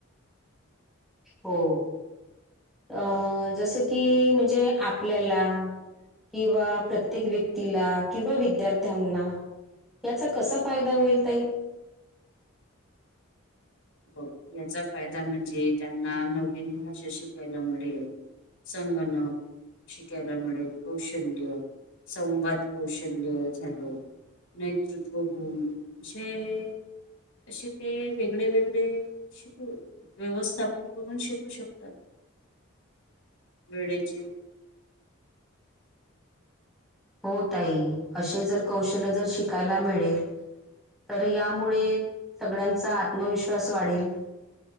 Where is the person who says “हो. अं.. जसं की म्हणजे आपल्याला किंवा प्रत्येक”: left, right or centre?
Centre